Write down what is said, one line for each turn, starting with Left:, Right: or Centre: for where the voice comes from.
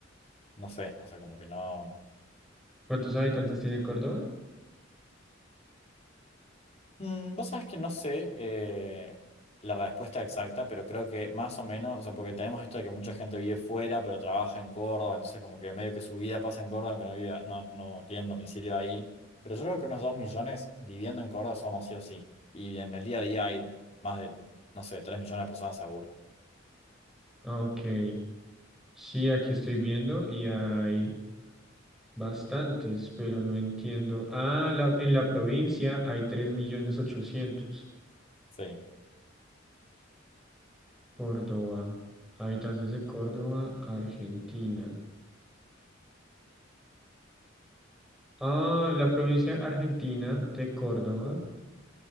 Left: no sé, o sea, como que no.
Centre: ¿Cuántos habitantes tiene Córdoba?
Left: Mm, Vos sabés que no sé eh, la respuesta exacta, pero creo que más o menos, o sea, porque tenemos esto de que mucha gente vive fuera, pero trabaja en Córdoba, entonces como que medio que su vida pasa en Córdoba, aunque no viva, no, no tienen domicilio ahí. Pero yo creo que unos dos millones viviendo en Córdoba somos sí o sí. Y en el día a día hay más de, no sé, tres millones de personas seguro.
Centre: Ok, sí, aquí estoy viendo y hay bastantes, pero no entiendo. Ah, la- en la provincia hay tres millones 800.
Left: Sí.
Centre: Córdoba, habitantes de Córdoba, Argentina. Ah, la provincia argentina de Córdoba.